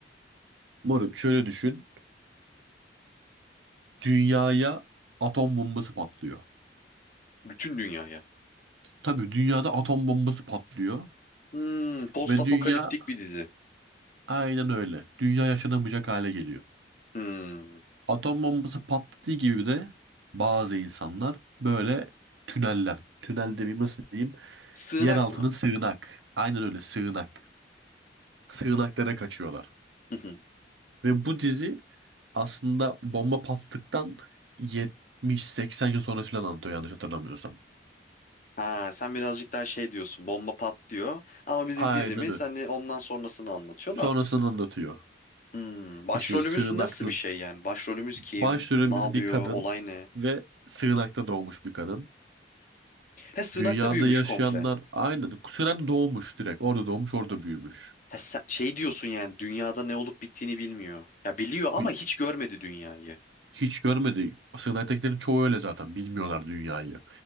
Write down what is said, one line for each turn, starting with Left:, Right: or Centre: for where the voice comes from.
Right: Moruk şöyle düşün. Dünyaya atom bombası patlıyor.
Left: Bütün dünyaya.
Right: Tabii dünyada atom bombası patlıyor.
Left: Hmm, post
Right: Ve
Left: apokaliptik
Right: dünya
Left: bir dizi.
Right: aynen öyle. Dünya yaşanamayacak hale geliyor.
Left: Hmm,
Right: Atom bombası patladığı gibi de bazı insanlar böyle tüneller. Tünel demeyeyim nasıl diyeyim.
Left: sığınak
Right: Yer altının
Left: mı?
Right: sığınak. Aynen öyle sığınak. Sığınaklara kaçıyorlar.
Left: <laughs>
Right: Ve bu dizi aslında bomba patladıktan 70-80 yıl sonra falan anlatıyor yanlış hatırlamıyorsam.
Left: Ha, sen birazcık daha şey diyorsun bomba patlıyor ama bizim
Right: Aynen
Left: dizimiz
Right: öyle.
Left: hani ondan sonrasını anlatıyor
Right: Sonrasını
Left: da
Right: anlatıyor.
Left: hmm, başrolümüz
Right: İşte sığınaklı.
Left: nasıl bir şey yani başrolümüz kim
Right: Başrolümüz
Left: ne yapıyor
Right: bir kadın
Left: olay ne
Right: ve sığınakta doğmuş bir kadın.
Left: he sığınakta
Right: Dünyada
Left: büyümüş
Right: yaşayanlar
Left: komple
Right: aynen. Sığınakta doğmuş direkt. Orada doğmuş, orada büyümüş.
Left: he, sen, şey diyorsun yani dünyada ne olup bittiğini bilmiyor ya biliyor ama
Right: Bi-
Left: hiç görmedi dünyayı
Right: Hiç görmedi. Sığınaktakilerin çoğu öyle zaten. Bilmiyorlar dünyayı.